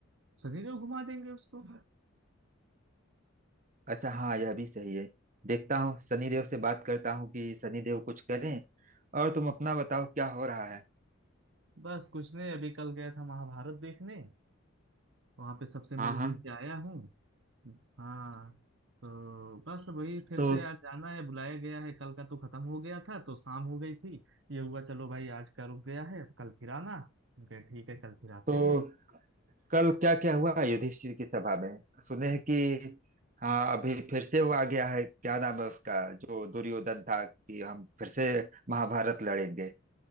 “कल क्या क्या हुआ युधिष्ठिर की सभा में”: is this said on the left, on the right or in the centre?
Right